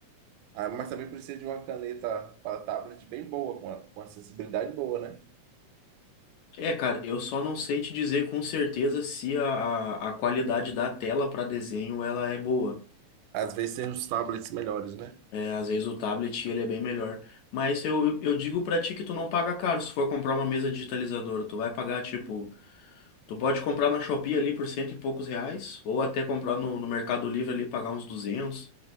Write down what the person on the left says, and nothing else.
É, cara, eu só não sei te dizer com certeza se a, a, a qualidade da tela para desenho ela é boa.
É, às vezes o tablet ele é bem melhor. Mas eu, eu digo pra ti que tu não paga caro se for comprar uma mesa digitalizadora. Tu vai pagar, tipo, tu pode comprar na Shopee ali por cento e poucos reais, ou até comprar no, no Mercado Livre ali pagar uns 200